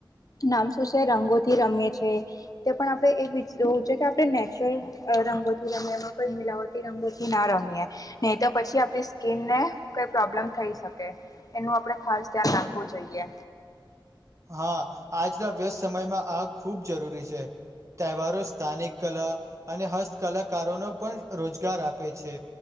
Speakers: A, on the left; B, on the right.
A: નામ શું છે રંગોથી રમેએી તે પણ આપણે એવું છે કે આપણે. શ રંગોથી રમીએ એમાં કોઈ મિલાવટી રંગોથી ના રમીએ નહી તો પછી આપણી સ્કીિનને કઈ પ્રોબ્લેમ થઈ શકે એનું આપણે ખાસ ધ્યાન રાખવું જોઈએ.
B: હા આજના વ્યસ્ત સમયમાં આ ખૂબ જરૂરી છે તહેવારો સ્થાનિક કલા અને હસ્ત કલાકારોનો પણ રોજગાર આપે છે